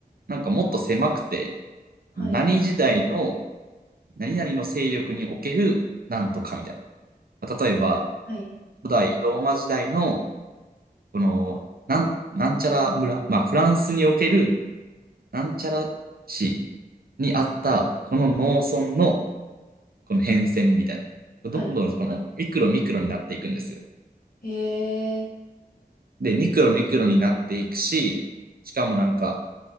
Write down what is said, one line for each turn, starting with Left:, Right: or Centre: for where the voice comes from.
Right: なんかもっと狭くて、
Left: はい。
Right: 何時代の何々の勢力におけるなんとかみたいな。例えば、
Left: はい。
Right: 古代ローマ時代のこの、なん、なんちゃら村、まあ、フランスにおける、なんちゃら市にあった、この農村の、この変遷みたいな。
Left: はい
Right: どんどん、この、ミクロミクロになっていくんですよ。
Left: へえ、
Right: で、ミクロミクロになっていくし、しかもなんか、